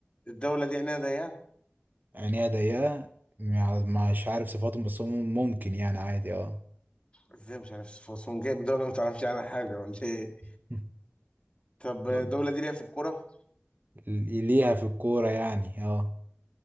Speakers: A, on the left; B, on the right.
A: الدولة دي عينيها ضيقة
B: عينيها ضيقة يعني مع- مش عارف صفاتهم بس هم ممكن يعني عادي اه
A: ازاي مش عارف صفات جايب دولة ما تعرفش عنها حاجة ولا ايه
B: <laughs>
A: طب الدولة
B: آه.
A: دي ليها في الكورة
B: ل- ليها في الكورة يعني اه